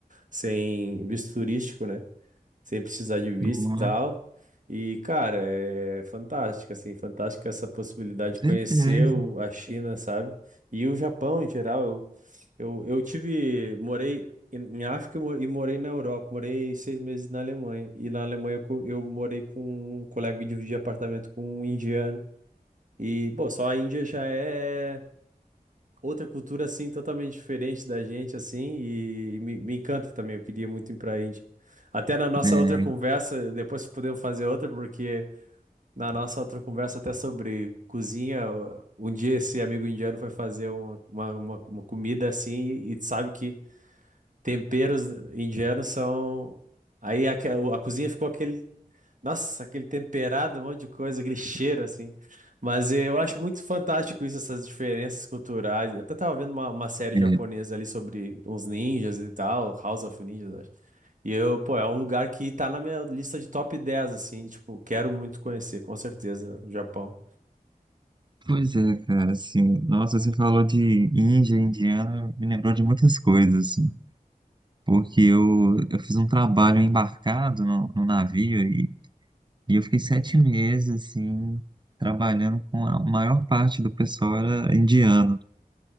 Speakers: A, on the right (about 60°); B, on the right (about 30°).
A: sem visto turístico, né? Sem precisar de visto
B: Nossa,
A: e tal. E, cara, é fantástica, assim, fantástica essa possibilidade
B: com
A: de
B: certeza.
A: conhecer o- a China, sabe? E o Japão em geral. Eu, eu, eu tive. Morei em em África e mo- e morei na Europa. Morei seis meses na Alemanha. E na Alemanha eu, co- eu morei com um colega e dividi apartamento com um indiano. E, bom, só a Índia já é outra cultura assim totalmente diferente da gente assim e me, me encanta também. Eu queria muito ir para a Índia. Até na nossa
B: É,
A: outra conversa, depois podemos fazer outra porque na nossa outra conversa até sobre cozinha, um dia esse amigo indiano foi fazer uma, uma, uma, uma comida assim e, sabe que temperos indianos são Aí a, a cozinha ficou aquele nossa, aquele temperado, um monte de coisa, aquele cheiro assim. Mas eu acho muito fantástico isso, essas diferenças culturais. Eu até tava vendo uma, uma série
B: é.
A: japonesa ali sobre uns ninjas e tal, House of Ninjas, acho. E eu, pô, é um lugar que tá na minha lista de top 10 assim, tipo, quero muito conhecer, com certeza, o Japão.
B: Pois é, cara, assim, nossa, você falou de Índia, indiana, me lembrou de muitas coisas, assim, porque eu, eu fiz um trabalho embarcado no, no navio e, e eu fiquei sete meses, assim, trabalhando com a maior parte do pessoal era indiano.